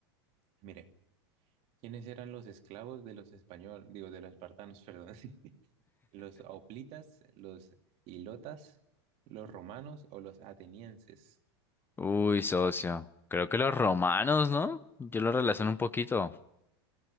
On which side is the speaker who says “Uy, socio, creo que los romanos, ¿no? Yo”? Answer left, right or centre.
Left